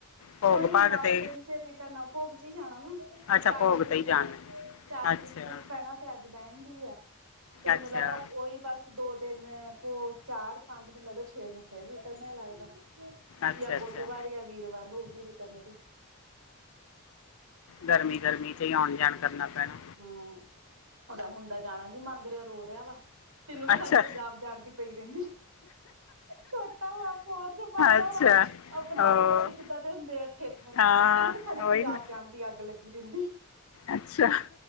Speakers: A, on the left (about 70°); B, on the right (about 75°).
A: ਭੋਗ
B: ਉਹੀ ਹੁਣ
A: ਭਾਗ
B: ਦਸ
A: ਤੇ
B: ਦਿਨ ਚ ਰ ਤਾਂ ਨਵਭੋਗ ਚ ਹੀ ਜਾਣਾ ਵਾ
A: ਅੱਛਾ
B: ਚਾਰ
A: ਭੋਗ
B: ਤਰੀਕ
A: ਤੇ ਹੀ ਜਾਣਾ
B: ਆ ਚਾਰ
A: ਅੱਛਾ
B: ਤਰੀਕ ਤੋਂ ਪੈਣਾ ਤੇ ਅੱਜ ਬਹਿਣ ਡੇਅ ਆ ਤੇ ਮੈਨੂੰ
A: ਅੱਛਾ
B: ਲੱਗਦਾ ਉਓਹੀ ਬਸ ਦੋ ਦਿਨ ਪ ਚਾਰ ਪੰਜ ਮਹੀਨ ਲ ਛੇ ਨੂੰ ਫੇਰ ਰਿਟਰਨ ਲੱਗਦਾ
A: ਅੱਛਾ
B: ਜਾਂ ਬੁੱਧਵਾਰ
A: ਅੱਛਾ
B: ਜਾਂ ਵੀਰਵਾਰ ਹੋਊਗੀ ਰਿਟਰਨਿਟੀ
A: ਗਰਮੀ ਗਰਮੀ ਚ ਹੀ ਆਉਣ ਜਾਣ ਕਰਨਾ ਪੈਣਾ
B: ਹਮ ਉਹਦਾ ਮੁੰਡਾ ਜਾਣਾ ਨੀ ਮੰਗ ਰਿਹਾ ਰੋ ਰਿਹਾ ਵਾ ਤੈਨੂੰ ਤਾਂ
A: ਅੱਛਾ
B: ਖਾਲੀ ਪੰਜਾਬ ਜਾਣ ਦੀ ਪਈ ਰਹਿੰਦੀ ਛੋਟਾ ਵਾ ਹੋਰ ਚ ਪੜ੍ਹਦਾ
A: ਅੱਛਾ
B: ਵਾ ਪੰਜਾਬੀ
A: ਉਹ
B: ਬੱਚੇ ਕਿੱਦਾਂ ਦੇ ਹੁੰਦੇ ਆ ਇਥੇ ਇਥਰ
A: ਹਾਂ
B: ਤੇਨ ਤਾਂ ਖਾਲੀ ਪੰਜਾਬ
A: ਉਹੀ ਨਾ
B: ਜਾਣ ਦੀ ਅੱਗ ਲੱਗੀ ਰਹਿੰਦੀ
A: ਅੱਛਾ